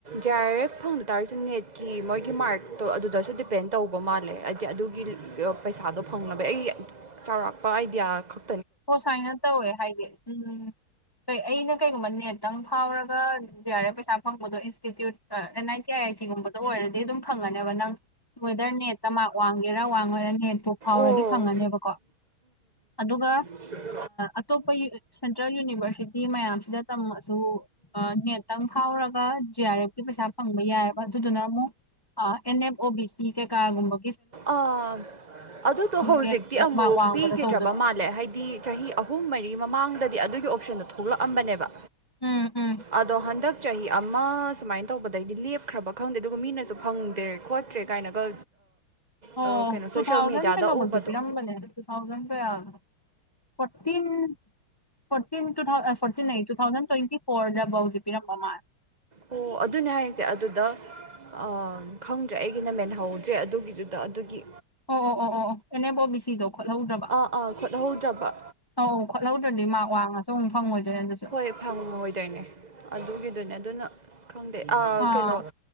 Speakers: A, on the right; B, on the left.
A: ꯖꯦ ꯑꯥꯔ ꯑꯦꯐ ꯐꯪꯕ ꯇꯥꯔꯁꯨ ꯅꯦꯠꯀꯤ ꯃꯣꯏꯒꯤ ꯃꯥꯔꯛꯇꯣ ꯑꯗꯨꯗꯁꯨ ꯗꯤꯄꯦꯟ ꯇꯧꯕ ꯃꯥꯜꯂꯦ ꯍꯥꯏꯗꯤ ꯑꯗꯨꯒꯤ ꯄꯩꯁꯥꯗꯣ ꯐꯪꯅꯕ ꯑꯩ ꯆꯥꯎꯔꯥꯛꯄ ꯑꯥꯏꯗꯤꯌꯥ ꯈꯛ
B: ꯑꯣ ꯁꯨꯃꯥꯏꯅ ꯇꯧꯋꯦ ꯍꯥꯏꯗꯤ ꯎꯝ ꯑꯩꯅ ꯀꯩꯒꯨꯝꯕ ꯅꯦꯠꯇꯪ ꯐꯥꯎꯔꯒ ꯖꯦ ꯑꯥꯔ ꯑꯦꯐ ꯄꯩꯁꯥ ꯐꯪꯕꯗꯣ ꯏꯟꯁꯇꯤꯇ꯭ꯌꯨꯠ ꯑꯟ ꯑꯥꯏꯇꯤ ꯑꯥꯏ ꯑꯥꯏꯇꯤꯒꯨꯝꯕꯗꯥ ꯑꯣꯔꯗꯤ ꯑꯗꯨꯝ ꯐꯪꯒꯅꯦꯕ ꯅꯪ ꯋꯦꯗꯔ ꯅꯦꯠꯇ ꯃꯥꯔ ꯋꯥꯡꯒꯦꯔꯥ ꯋꯥꯡꯉꫭꯑꫭꯔ ꯅꯦꯠꯇꯣ ꯍꯥꯎꯔꯗꯤ
A: ꯑꯣ
B: ꯐꯪꯉꯅꯦꯕꯀꯣ ꯑꯗꯨꯒ
A: <unintelligible>
B: ꯑꯇꯣꯞꯄ ꯁꯦꯟꯇ꯭ꯔꯦꯜ ꯌꯨꯅꯤꯚꯔꯁꯤꯇꯤ ꯃꯌꯥꯝꯁꯤꯗ ꯇꯝꯃꯛꯁꯨ ꯅꯦꯠꯇꯪ ꯐꯥꯎꯔꯒ ꯖꯤ ꯑꯥꯔ ꯑꯦꯐꯀꯤ ꯄꯩꯁꯥ ꯐꯪꯕ ꯌꯥꯏꯑꯕ ꯑꯗꯨꯗꯨꯅ ꯑꯃꯨꯛ ꯑꯩꯟ ꯑꯩꯐ ꯑꫭ ꯕꯤ ꯁꯤ ꯀꯦ ꯀꯥꯒꯨꯝꯕ
A: ꯑꯥ ꯑꯗꯨꯗꯣ ꯍꯧꯖꯤꯛꯇꯤ
B: ꯅꯦꯠ
A: ꯑꯃꯨꯛ
B: ꯃꯥꯔꯛ ꯋꯥꯡꯕꯗ
A: ꯄꯤꯈꯤꯗ꯭ꯔꯕ
B: ꯇꯧꯗꯕ
A: ꯃꯥꯜꯂꯦ ꯍꯥꯏꯗꯤ ꯆꯍꯤ ꯑꯍꯨꯝ ꯃꯔꯤ ꯃꯃꯥꯡꯗꯗꯤ ꯑꯗꯨꯒꯤ ꯑꯣꯞꯁꯟꯗꯣ ꯊꯣꯛꯂꯛꯑꯝꯕꯅꯦꯕ
B: ꯎꯝ ꯎꯝ
A: ꯑꯗꯣ ꯍꯟꯗꯛ ꯆꯍꯤ ꯑꯃ ꯁꯨꯃꯥꯏꯅ ꯇꯧꯕꯗꯩꯗꯤ ꯂꯦꯞꯈ꯭ꯔꯕ ꯈꯪꯗꯦ ꯑꯗꯨꯒ ꯃꯤꯅꯁꯨ ꯐꯪꯗ꯭ꯔꯦ ꯈꯣꯠ ꯇ꯭ꯔꯦ ꯀꯥꯏꯅꯒ
B: ꯑꯣ
A: ꯑ, ꯀꯩꯅꯣ ꯁꯣꯁꯤꯌꯦꯜ
B: ꯇꯨꯊꯥꯎꯖꯟ
A: ꯃꯦꯗꯤꯌꯥꯗ
B: ꯀꯩꯅꯣ
A: ꯎꯕꯗꯣ
B: ꯕꯥꯎꯗꯤ ꯄꯤꯔꯝꯕꯅꯦ ꯇꯨ ꯊꯥꯎꯖꯟ ꯀꯌꯥꯅꫭ ꯐꯣꯔꯇꯤꯟ ꯐꯣꯔꯇꯤꯟ ꯇꯨ ꯊꯥꯎ ꯐꯣꯔꯇꯤꯟ ꯑꯩ ꯇꯨ ꯊꯥꯎꯖꯟ ꯇ꯭ꯋꯦꯟꯇꯤ ꯐꯣꯔꯗ ꯐꯥꯎꯗꯥꯗꯤ ꯄꯤꯔꯝꯕ ꯃꯥꯜꯂꯦ
A: ꯑꯣ ꯑꯗꯨꯅꯦ ꯍꯥꯏꯁꯦ ꯑꯗꯨꯗ ꯑꯥ ꯈꯪꯗ꯭ꯔꯦ ꯑꯩꯒꯤꯅ ꯃꯦꯟꯍꯧꯗ꯭ꯔꯦ ꯑꯗꯨꯒꯤꯗꯨꯗ ꯑꯗꯨꯒꯤ
B: ꯑꯣ ꯑꯣ ꯑꯣ ꯑꯦꯅꯦꯕꯣ ꯕꯤꯁꯤꯗꯣ ꯈꯣꯠꯍꯧꯗ꯭ꯔꯕ
A: ꯑꯥ ꯑꯥ ꯈꯣꯠꯍꯧꯗ꯭ꯔꯕ
B: ꯑꯧ ꯈꯣꯠꯍꯧꯗ꯭ꯔꯗꯤ ꯃꯥꯛ ꯋꯥꯡꯉꯁꯨ ꯑꯃꯨꯛ ꯐꯪꯉꯣꯏꯗꯣꯏꯅꯦ ꯑꯗꯨꯁꯨ
A: ꯍꯦ ꯐꯪꯉꯣꯏꯗꯣꯏꯅꯦ ꯑꯗꯨꯒꯤꯗꯨꯅꯦ ꯑꯗꯨꯅ ꯈꯪꯗꯦ
B: ꯑꯥ
A: ꯀꯩꯅꯣ